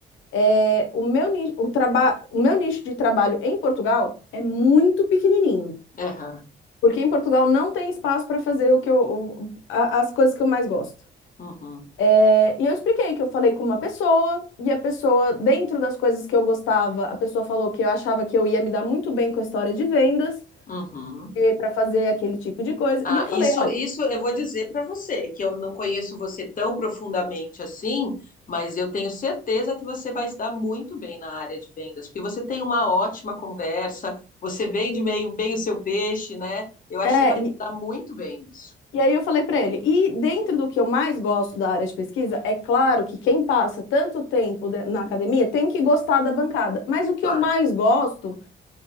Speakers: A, on the left; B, on the left.
A: é, o meu, ni- o, traba, o meu nicho de trabalho em Portugal é muito pequenininho.
B: Aham.
A: Porque em Portugal não tem espaço para fazer o que eu, o- a- as coisas que eu mais gosto.
B: Uhum.
A: É, e eu expliquei que eu falei com uma pessoa, e a pessoa, dentro das coisas que eu gostava, a pessoa falou que eu achava que eu ia me dar muito bem com a história de vendas,
B: Uhum.
A: para fazer aquele tipo de coisa.
B: Ah,
A: E eu falei,
B: isso,
A: olha,
B: isso eu vou dizer para você, que eu não conheço você tão profundamente assim, mas eu tenho certeza que você vai se dar muito bem na área de vendas, porque você tem uma ótima conversa, você vende meio bem o seu peixe, né? Eu acho
A: é,
B: que você vai
A: e,
B: se dar muito bem nisso,
A: e aí eu falei para ele, e dentro do que eu mais gosto da área de pesquisa, é claro que quem passa tanto tempo de- na academia tem que gostar da bancada, mas o que
B: claro.
A: eu mais gosto